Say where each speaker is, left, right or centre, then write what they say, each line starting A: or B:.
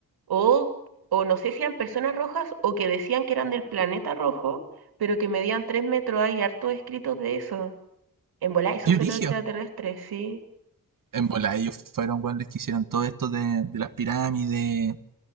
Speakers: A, on the right; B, on the right.
A: o, o no sé si eran personas rojas o que decían que eran del planeta rojo, pero que medían 3 metros, hay hartos escritos de eso. En volá, esos
B: Qué
A: son
B: brillo.
A: los extraterrestres, sí.
B: En bola, ellos fueron los que hicieron todo esto de, de las pirámides